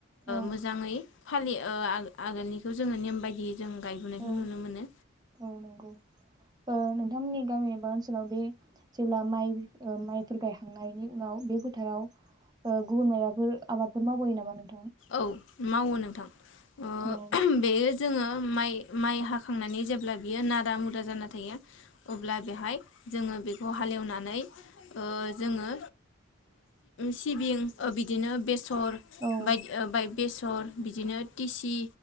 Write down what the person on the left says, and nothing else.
मोजाङै फालियो आगोलनिखौ जोङो नेयम बायदियै जों गायबोनायखौ
नुनो मोनो।
औ। मावो नोंथां। ओ
बेयो जोङो माइ माइ हाखांनानै जेब्ला बियो नारा मुरा जाना थायो। अब्ला बेहाय जोङो बेखौ हालेवनानै। ओ जोङो सिबिं बिदिनो बेसर
<unintelligible> बेसर बिदिनो टिसि